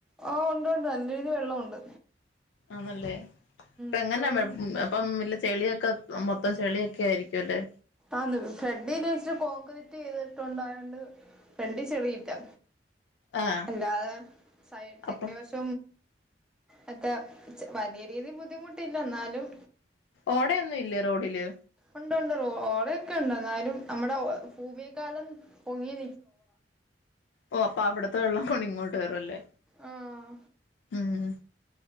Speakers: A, in the centre; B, on the left.
A: ഓഹ് ഉണ്ട് ഉണ്ട് നല്ല രീതി വെള്ളം ഉണ്ട്.
B: ആന്നല്ലേ ഇപ്പ
A: വെള്ളവും
B: എങ്ങനെ വെപ് വെ. ഇപ്പം എല്ല ചെളിയൊക്കെ മൊത്തം ചെളിയൊക്കെ ആയിരിക്കും അല്ലേ?
A: ആന്ന് ഫ്രെഡ്ല് വെച്ച് കോൺക്രീറ്റ് ചെയ്തിട്ടുണ്ടായോണ്ട്. ഫ്രണ്ടി ചെളിയൊക്കാ
B: ആഹ്
A: അല്ലാതെ സൈത്തെക്കെ
B: അപ്പൊ
A: വശ്. ലേശംമറ്റെ വലിയ രീതിൽ ബുദ്ധിമുട്ടില്ല എന്നാലും.
B: ഓടയൊന്നും ഇല്ലേ റോഡില്?
A: ഉണ്ട്ണ്ട് ഓടയൊക്കെണ്ട് എന്നാലും നമ്മുടെ പുമിയെ
B: ഓ അപ്പവിടുത്തെ വെള്ളം കൊണ് ഇങ്ങോട്ട് വരൂലെ
A: ആഹ്
B: ഉം